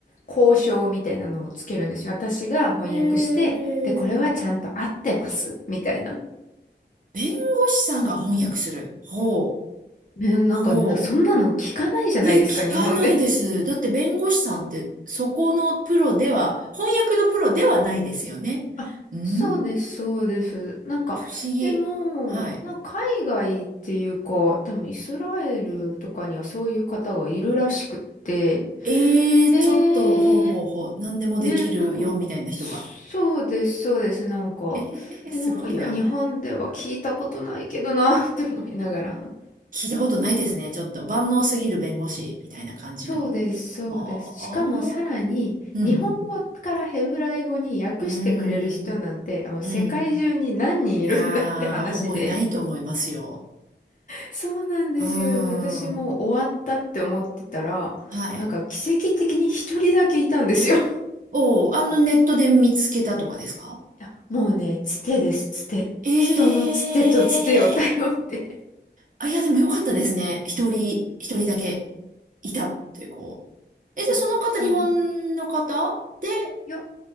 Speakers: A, on the left (about 45°); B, on the right (about 45°).
A: 交渉みたいなのをつけるんですよ。私が翻訳して、
B: う。えー、
A: で、これはちゃんと合ってます、みたいな。
B: 弁護士さんが翻訳する。ほう、
A: ね、なんか、
B: ほ
A: な、そんなの聞かないじゃないですか、
B: う。え、聞かないです。
A: 日本で。<laughs>
B: だって弁護士さんって、そこのプロでは、翻訳のプロではないですよね。
A: あ、
B: うん、
A: そうです、そうです。なんか、
B: 不思議。
A: でも、
B: はい。
A: なんか海外っていうか、多分イスラエルとかにはそういう方がいるらしくって、
B: えー、
A: で、
B: ちょっと、ほうほうほう、何でもできるよ、
A: ね、なんか、
B: みたいな人が。
A: そうです、そうです、なんか、
B: へへへへ、
A: で、
B: すごいな。
A: なんか、いや、日本では聞いたことないけどな、って思いながら。
B: 聞いたことないですね。ちょっと万能すぎる弁護士みたいな感じの。
A: そうです、そうです。
B: ああ、
A: しかもさらに、
B: うん、
A: 日本語からヘブライ語に訳してくれる人なんて、
B: うん。うん、
A: あの世界中に何人いるんだって話で。
B: うん。いやー、ほぼいないと思いますよ。
A: そうなんですよ。
B: うー
A: で私もう終わったって思ってたら、
B: ん。はい。
A: なんか奇跡的に一人だけいたんですよ。<laughs> い
B: おー、あのネットで見つけたとかですか
A: や、もうね、つてです、つて。
B: え
A: 人のつてとつてを頼って。
B: えー。あ、いや、でもよかったですね。一人、一人だけいたっていう子。え、じゃあその方、
A: あ、そう。
B: 日本の方で、
A: いや